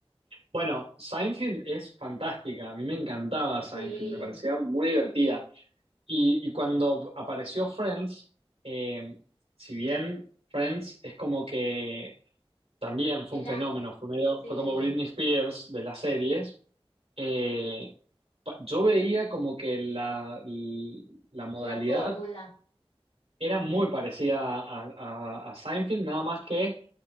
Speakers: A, on the right (about 75°); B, on the left (about 85°).
A: Bueno, Seinfeld es fantástica, a mí me encantaba Seinfeld,
B: Sí,
A: me parecía muy divertida. Y, y cuando apareció Friends, eh, si bien Friends es como que También fue
B: es
A: un
B: la,
A: fenómeno, fue medio-
B: sí,
A: fue como Britney Spears de las series. Eh, pa- yo veía como que la, la modalidad
B: la fórmula.
A: era muy parecida a, a- a Seinfeld, nada más que